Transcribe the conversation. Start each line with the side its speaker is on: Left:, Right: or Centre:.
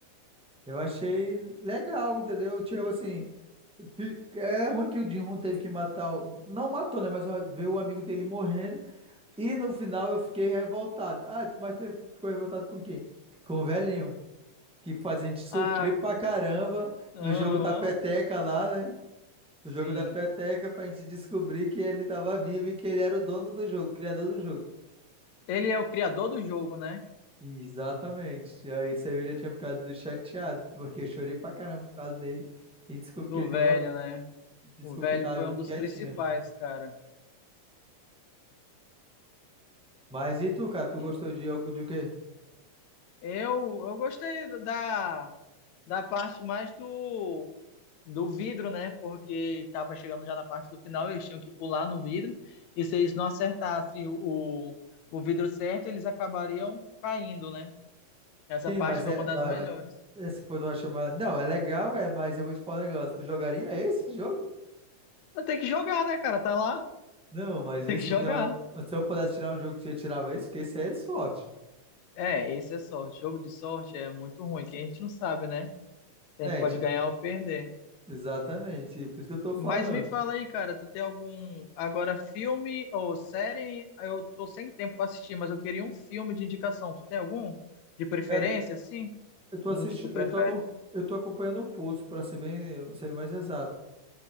Centre: Eu achei legal, entendeu? Tipo assim, fi- é ruim que o Jin-Hoon teve que matar, o- não matou, né? Mas o- ver o amigo dele morrendo. E no final eu fiquei revoltado. Ah, mas tu ficou revoltado com quem? Com o velhinho, que faz a gente sofrer
Left: Ah,
Centre: pra caramba
Left: aham,
Centre: no jogo da peteca lá, né? No
Left: sim.
Centre: jogo da peteca pra gente descobrir que ele tava vivo e que ele era o dono do jogo, o criador do jogo.
Left: Ele é o criador do jogo, né?
Centre: Exatamente. E Aí Isso aí eu já tinha ficado chateado, porque eu chorei pra caramba por causa dele e descobri
Left: Do
Centre: que ele tava
Left: velho,
Centre: vivo.
Left: né?
Centre: Esse
Left: O
Centre: Desculpa
Left: velho
Centre: que ele tava
Left: foi
Centre: vivo
Left: um dos
Centre: quietinho.
Left: principais, cara.
Centre: Mas e tu, cara? Tu
Left: E
Centre: gostou de algo do quê?
Left: Eu, eu gostei da, da parte mais do, do vidro, né? Porque tava chegando já na parte do final, eles tinham que pular no vidro. E se eles não acertassem o, o, o vidro certo, eles acabariam caindo, né? Essa
Centre: Sim,
Left: parte
Centre: mas
Left: foi
Centre: é.
Left: uma das
Centre: Mas,
Left: melhores.
Centre: mas- essa foi uma chamada. Não, é legal, é, mas eu vou te falar um negócio. Tu jogaria esse jogo?
Left: Mas Tem que jogar, né, cara? Tá lá,
Centre: Não, mas
Left: tem
Centre: esse.
Left: que jogar.
Centre: Se eu pudesse tirar um jogo que você tirava esse, porque esse aí é de sorte.
Left: É, esse é sorte. Jogo de sorte é muito ruim, que a gente não sabe, né? A
Centre: É,
Left: gente
Centre: a
Left: pode
Centre: gente não...
Left: ganhar ou perder.
Centre: Exatamente, por isso que eu tô falando.
Left: Mas me fala aí, cara, tu tem algum agora filme ou série? Eu tô sem tempo pra assistir, mas eu queria um filme de indicação. Tu tem algum de preferência,
Centre: Cara,
Left: assim?
Centre: eu tô
Left: Um
Centre: assistindo,
Left: que tu prefere?
Centre: eu tô, aco- eu tô acompanhando o Poço, pra ser bem, pra ser mais exato.